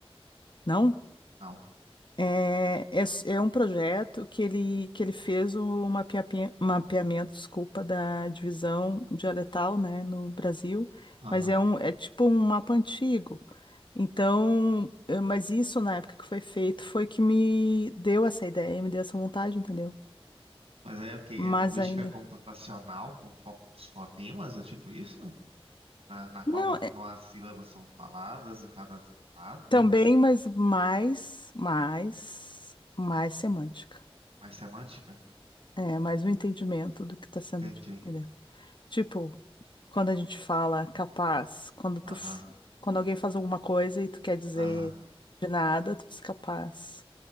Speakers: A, on the left; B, on the right.
A: não?
B: Não.
A: É, é, s- é um projeto que ele, que ele fez o mapeapi- mapeamento, desculpa, da divisão dialetal, né, no Brasil,
B: Aham.
A: mas é, um, é tipo um mapa antigo. Então, eh, mas isso na época que foi feito foi que me deu essa ideia, me deu essa vontade, entendeu?
B: Mas aí é o quê?
A: Mas
B: É linguística
A: ainda.
B: computacional com foco nos fonemas? É tipo isso? Na, na
A: Não,
B: forma como as sílabas são faladas em cada estado?
A: Também, mas mais, mais, mais semântica.
B: Mais semântica?
A: É, mais um entendimento do que está sendo
B: Entendi.
A: dito. né? Tipo, quando a gente fala capaz, quando tu,
B: Aham.
A: f- quando alguém faz alguma coisa e tu quer dizer
B: Aham.
A: de nada, tu diz capaz.